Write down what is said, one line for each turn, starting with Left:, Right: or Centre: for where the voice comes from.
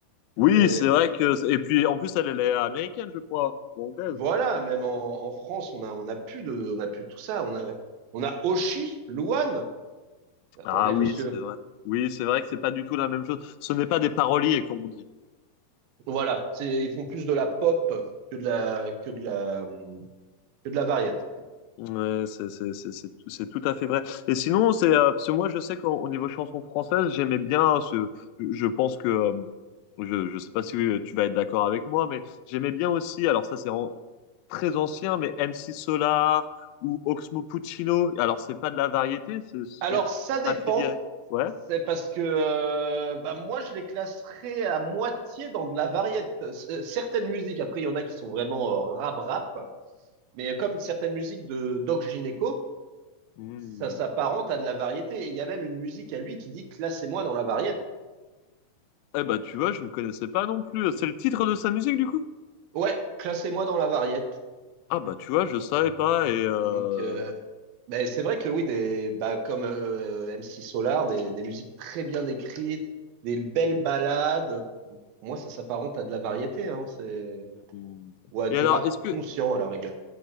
Left: Oui,
Right: C'est-
Left: c'est vrai que. Et puis, en plus, elle, elle est américaine, je crois, ou anglaise.
Right: Voilà, même en, en France, on a, on a plus de, on a plus de tout ça. On a, on a Oshi, Louane. Attendez,
Left: Ah oui,
Right: monsieur.
Left: c'est vrai. Oui, c'est vrai que c'est pas du tout la même chose. Ce n'est pas des paroliers, comme on dit.
Right: Voilà, c'est, ils font plus de la pop que de la, que de la, que de la variété.
Left: Ouais, c'est c'est- c'est- c'est- c'est tout à fait vrai. Et sinon, c'est euh, parce que moi, je sais qu'au au niveau chanson française, j'aimais bien ce. Je, je pense que euh, je je sais pas si euh, tu vas être d'accord avec moi, mais j'aimais bien aussi. Alors ça, c'est en- très ancien, mais MC Solar ou Oxmo Puccino. Alors c'est pas de la variété, ce serait
Right: Alors,
Left: plus
Right: ça dépend.
Left: affilié. Ouais.
Right: C'est parce que euh, bah moi, je les classerais à moitié dans de la variété. C- Certaines musiques, après, il y en a qui sont vraiment rap-rap, mais comme certaines musiques de Doc Gineco,
Left: Hmm.
Right: ça s'apparente à de la variété. Et il y a même une musique à lui qui dit classez-moi dans la variété.
Left: Eh bah tu vois, je ne connaissais pas non plus. C'est le titre de sa musique du coup?
Right: Ouais, classez-moi dans la variété.
Left: Ah bah tu vois, je savais pas et. euh,
Right: Donc, euh, bah, c'est vrai que oui, des, bah, comme euh, MC Solar, des, des musiques très bien écrites, des belles ballades. Pour moi, ça s'apparente à de la variété. Hein, c'est...
Left: hmm.
Right: ou à du
Left: Et alors,
Right: rap
Left: est-ce que
Right: conscient à la rigueur.